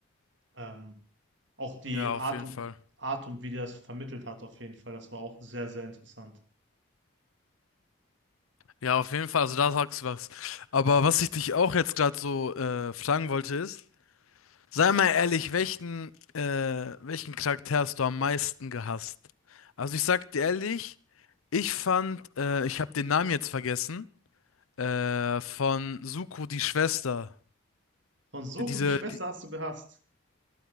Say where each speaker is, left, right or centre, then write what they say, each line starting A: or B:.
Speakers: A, on the right; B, on the left.
A: Ähm, auch die
B: Ja, auf
A: Art
B: jeden
A: und
B: Fall.
A: Art und wie der das vermittelt hat, auf jeden Fall, das war auch sehr, sehr interessant.
B: Ja, auf jeden Fall. Also da sagst du was. Aber was ich dich auch jetzt gerade so äh, fragen wollte ist, sei mal ehrlich, welchen, äh, welchen Charakter hast du am meisten gehasst? Also ich sag dir ehrlich, ich fand, äh, ich habe den Namen jetzt vergessen, äh, von Suko die Schwester.
A: Von Soko,
B: Diese,
A: die Schwester
B: die,
A: hast du gehasst.